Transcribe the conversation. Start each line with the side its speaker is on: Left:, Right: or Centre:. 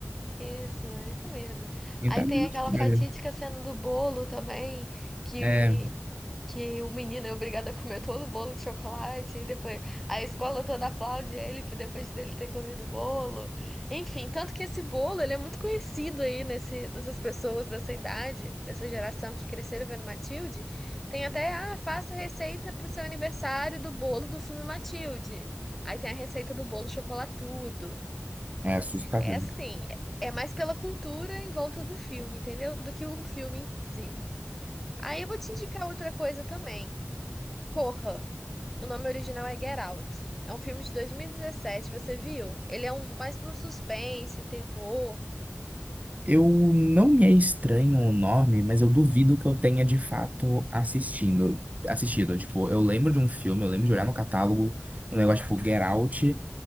Centre: Isso, isso mesmo.
Right: Então
Centre: Aí
Right: é
Centre: tem
Right: a mesma
Centre: aquela
Right: história.
Centre: fatídica cena do bolo também, que,
Right: É, é,
Centre: que o menino é obrigado a comer todo o bolo de chocolate, e depois a escola toda aplaude ele por depois dele ter comido o bolo. Enfim, tanto que esse bolo, ele é muito conhecido aí nesse, nessas pessoas dessa idade, dessa geração que cresceram vendo Matilde. Tem até, ah, faça receita pro seu aniversário do bolo do filme Matilde. Aí tem a receita do bolo chocolatudo.
Right: é assustador.
Centre: É assim, é mais pela cultura em volta do filme, entendeu? Do que o filme em si. Aí eu vou te indicar outra coisa também. Corra. O nome original é Get Out. É um filme de 2017, você viu? Ele é um mais para um suspense, terror.
Right: Eu não me é estranho o nome, mas eu duvido que eu tenha de fato assistindo, assistido. Tipo, eu lembro de um filme, eu lembro de olhar no catálogo, um negócio tipo Get Out,